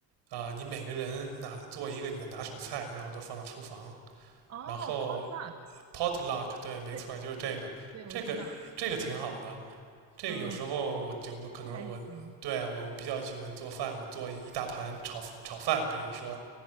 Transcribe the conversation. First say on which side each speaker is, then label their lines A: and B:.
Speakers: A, on the right (about 70°); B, on the right (about 35°).
A: 啊、你每个人拿做一个你的拿手菜，然后都放到厨房，
B: 哦，potluck，
A: 然后 potluck，对，没错，
B: 对
A: 就是这个，
B: 对，
A: 这个这个挺好的。
B: 我知道，
A: 这个有时候我就我可能我对啊我比较喜欢做饭，
B: 嗯，这还行，
A: 我做一大盘炒炒饭，比如说，